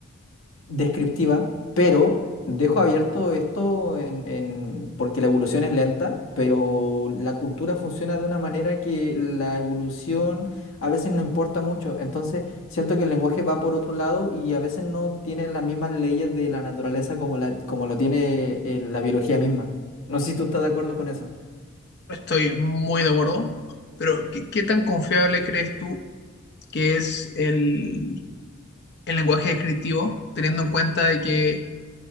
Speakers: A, on the left; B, on the left.
A: descriptiva, pero dejo abierto esto en, en- porque la evolución es lenta, pero la cultura funciona de una manera que la evolución a veces no importa mucho. Entonces, siento que el lenguaje va por otro lado y a veces no tiene las mismas leyes de la naturaleza como, la, como lo tiene eh, la biología misma. No sé si tú estás de acuerdo con eso.
B: Estoy muy de acuerdo, pero ¿qué, qué tan confiable crees tú que es el, el lenguaje descriptivo, teniendo en cuenta de que